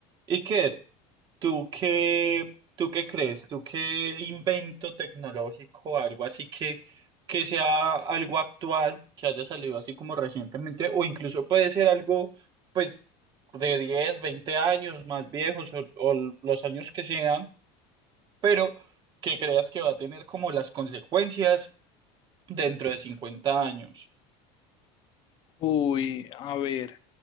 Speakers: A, on the right (about 30°); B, on the left (about 40°).
A: Iker, ¿tú qué, tú qué crees? ¿Tú qué invento tecnológico, algo así que, que sea algo actual, que haya salido así como recientemente, o incluso puede ser algo, pues, de 10, 20 años más viejos o, o los años que sean, pero que creas que va a tener como las consecuencias dentro de 50 años?
B: Uy, a ver.